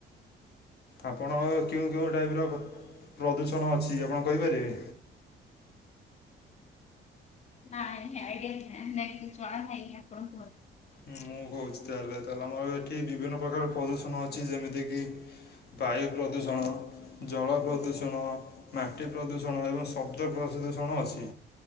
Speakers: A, on the left; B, on the left.
A: ଆପଣ କେଉଁ କେଉଁ ଟାଇପ୍ ର ପ୍ରଦୂଷଣ ଅଛି ଆପଣ କହିପାରିବେ?
B: ନାଇ ଏ ଆଇଡିଆ ନାଇଁ <unintelligible> ଆପଣ କୁହନ୍ତୁ
A: ମୁଁ କହୁଛି ତାହେଲେ, ତାହେଲେ ଆମର ଏଠି ବିଭିନ୍ନ ପ୍ରକାର ପ୍ରଦୂଷଣ ଅଛି ଯେମିତିକି ବାୟୁ ପ୍ରଦୂଷଣ, ଜଳ ପ୍ରଦୂଷଣ
B: କୁହନ୍ତୁ।
A: ମାଟି ପ୍ରଦୂଷଣ ଏବଂ ଶବ୍ଦ ପ୍ରଦଦୂଷଣ ଅଛି।